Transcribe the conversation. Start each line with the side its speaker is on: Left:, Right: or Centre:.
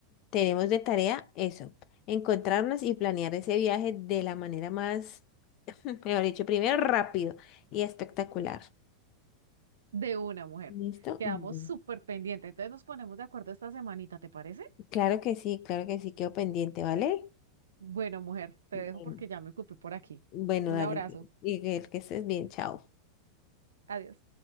Left: tenemos de tarea eso, encontrarnos y planear ese viaje de la manera más, mejor dicho, primero rápido y espectacular.
Right: De una mujer.
Left: ¿Listo?
Right: Quedamos
Left: Bueno,
Right: súper pendientes. Entonces nos ponemos de acuerdo esta semanita, ¿te parece?
Left: Claro que sí, claro que sí, quedo pendiente, ¿vale?
Right: Bueno, mujer, te
Left: Bien.
Right: dejo porque ya me ocupé por aquí.
Left: Bueno,
Right: Un
Left: dale,
Right: abrazo.
Left: y que estés bien, chao.
Right: Adiós.